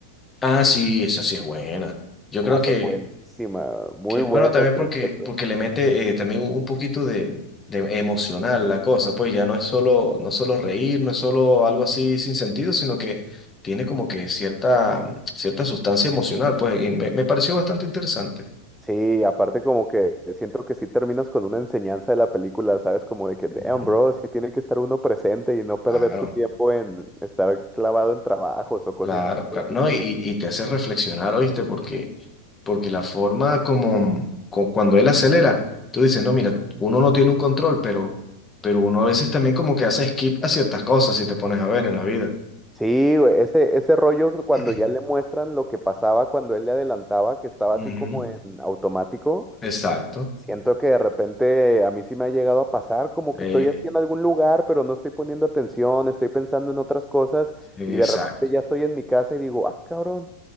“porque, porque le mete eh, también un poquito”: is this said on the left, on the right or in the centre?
Left